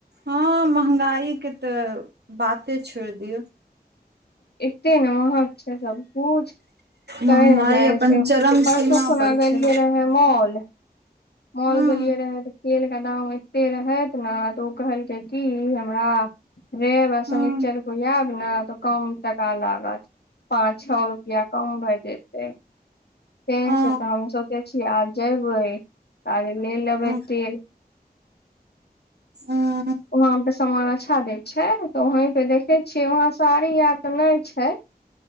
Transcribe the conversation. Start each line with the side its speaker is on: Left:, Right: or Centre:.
Right: हँ महंगाई के तऽ बाते छोड़ दिऔ
Left: एते ने महक छै सब कुछ तै
Right: महंगाई
Left: ने जाइ
Right: अपन
Left: छि
Right: चरम
Left: परसू
Right: सीमा
Left: खुना
Right: पर
Left: गेलिए
Right: छै
Left: रहे मॉल मॉल
Right: हूँ
Left: गेलियै रहए तऽ तेलके दाम ऐतेक रहैथ ने तऽ ओ कहलकै की हमरा रेब आ
Right: हूँ
Left: शनिचर क ऐब तऽ कम टका ला पाँच छः रूपया कम भैए जेतै सेे
Right: ओ
Left: सतह हम सोचै छिए आज जेबै आज ले लेबै
Right: हूँ
Left: तेल
Right: <inaudible>
Left: वहां पे सामान अच्छा देय छै तऽ वही पे देखे छिए वहाँ साड़ी आर ते नहि छै